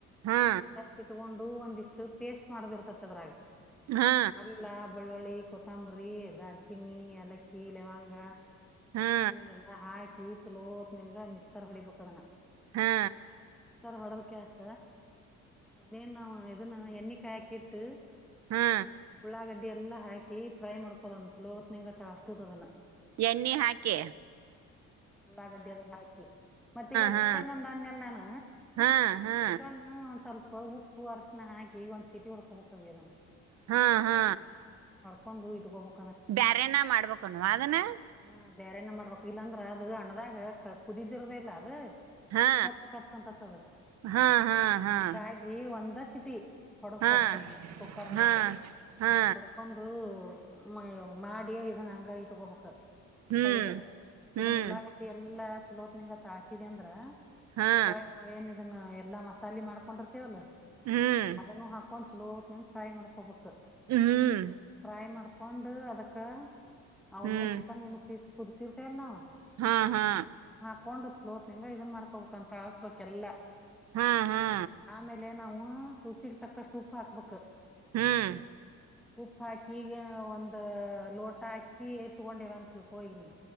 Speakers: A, on the right (about 60°); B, in the centre.
A: ಹಾ
B: ಹೆಚ್ಚಿಟ್ಕೊಂಡ ಒಂದಿಷ್ಟ್ ಪೇಸ್ಟ್ ಮಾಡೋದ ಇರ್ತತ್ ಅದ್ರಾಗ
A: ಹಾ
B: ಅಲ್ಲ ಬೆಳ್ಳುಳ್ಳಿ ಕೊತ್ತಂಬರಿ ದ ಚಿನ್ನಿ ಲಕ್ಕಿ ಲವಂಗ
A: ಹಾ
B: ಇವನ್ನಲ್ಲಾ ಹಾಕಿ ಚಲೋತ್ ನಂಗ ಮಿಕ್ಸರ್ ಹೊಡಿಬೇಕ ಅದನ
A: ಹಾ
B: ಸರ್ ಹೊಡದ ಕೆಸ ಅದೇನ್ ನಾವ ಇದನ್ನ ಎಣ್ಣಿಕಾಯಿ ಹಾಕಿಟ್ಟು
A: ಹಾ
B: ಉಳ್ಳಾಗಡ್ಡಿ ಎಲ್ಲಾ ಹಾಕಿ ಫ್ರೈ ಮಾಡ್ಕೋದಂತಲತ್ ನಿಂಗ ತಳ ಹಸುದ ಅದನ್ನ
A: ಎಣ್ಣೆ ಹಾಕೆ
B: ಉಳ್ಳಾಗಡ್ಡೆ ಅದು ಹಾಕಿತ್ತು ಮತ್ತ ಈಗ
A: ಹಾ
B: ಚಿಕನ್ ಒಂದ ಅಂದೆಲ್ಲಾನ
A: ಹಾ ಹಾ
B: ಚಿಕನ್ ಒಂದ್ ಸ್ವಲ್ಪ ಉಪ್ಪು ಅರಶಣ ಹಾಕಿ ಒಂದ್ ಸಿಟಿ ಉಡ್ಕೊಬಬೇಕದನ
A: ಹಾ ಹಾ
B: ಕಂದುು ಇಟ್ಕೋಬೇಕು
A: ಬ್ಯಾರನ ಮಾಡ್ಬೇಕುನು ಅದನ್ನ
B: ಹ ಬೇರೆ ಏನ ಮಾಡ್ಬೇಕಕ್ ಇಲ್ಲಾಂದ್ರ ಅದ ಹಣದಾಗ ಕುದಿದಿರದೇ ಇಲ್ಲ ಅದು
A: ಹಾ
B: ರ್ಚ ಕರ್ಚ ಆಂತ ತದ
A: ಹಾ ಹಾ ಹಾ
B: ಹಿಂಗಾಗಿ ಒಂದ ಸಿಟಿ ಹೊಡಸ್ಕೋಬೇಕದನ್ನ
A: ಹಾ
B: ಕುಕ್ಕರ್ನ್ಯಾಗ
A: ಹಾ ಹಾ
B: ಕೊಡ್ಕೊಂಡ ಮ ಮಾಡಿಯ ಇದನ್ಂಗ ಇಟ್ಕೊಬಕ್
A: ಹ್ಮ್
B: ಸೈಡ್
A: ಹ್ಮ್
B: ಈಗ ಉಳ್ಳಾಗಡ್ಡಿ ಎಲ್ಲಾ ಚಲೋತ್ ನಿಂಗತ್ ಹಾಸಿದ ಅಂದ್ರ
A: ಹಾ
B: ಹೊಳ ನಾವೇಏನ್ ಇದನ್ನ ಎಲ್ಲಾ ಮಸಾಲೆ ಮಾಡ್ಕೊಂಡಿರ್ತೇವಲ್ಲ
A: ಹ್ಮ್
B: ಅದನ್ನು ಹಾಕೊಂಡ ಚಲೋತ್ನಂ ಫ್ರೈ ಮಾಡ್ಕೊಬೇಕು
A: ಹ್ಮ್
B: ಫ್ರೈ ಮಾಡ್ಕೊಂಡು ಅದಕ್ಕೆ ಅವನ್ೇನ್
A: ಹ್ಮ್
B: ಚಿಕಕ್ಕನ್ ನೀನು ಫೀಸ್ ಕುದಿಸಿಿರ್ತ ಅಲ್ ನಾವ್
A: ಹಾ ಹಾ
B: ಹೊಂಡಲೋತ್ ನಿಂಗ ಇದನ್ ಮಾಡ್ಕೋಬೇಕ ಅಂತ ಅಳ್ಸ್ಬೇಕಕ್ೆಲ್ಲ
A: ಹಾ ಹಾ
B: ಆಮೇಲೆ ನಾವ ಹೂ ರುಚಿಗೆ ತಕ್ಕಷ್ಟು ಉಪ್ಪ ಹಾಕ್ಬೇಕಕ್
A: ಹ್ಮ್
B: ಉಪ್ಪ ಹಾಕಿ ಈಗೇನ ಒಂದ ಲೋಟ ಹಾಕಿ ಎತ್ಕೊಂಡೇವಂತೀವಿ ಕಗ್ನಿ